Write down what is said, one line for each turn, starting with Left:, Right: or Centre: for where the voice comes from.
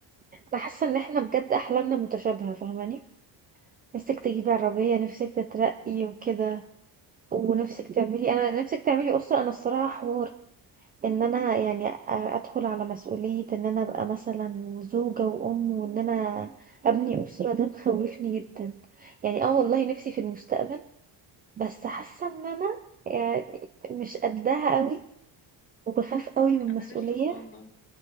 Right: انا حاسه ان احنا بجد احلامنا متشابهه فاهماني نفسك تجيبي عربيه نفسك تترقي وكده ونفسك تعملي انا نفسك تعملي اسره انا الصراحه حوار ان انا يعني أ- ادخل على مسؤوليه ان انا ابقى مثلا زوجه وام وان انا ابني اسره ده مخوفني جدا يعني اه والله نفسي في المستقبل بس حاسه ان انا يعني مش قدها قوي وبخاف قوي من المسؤوليه
Left: أنا لسه صاعدة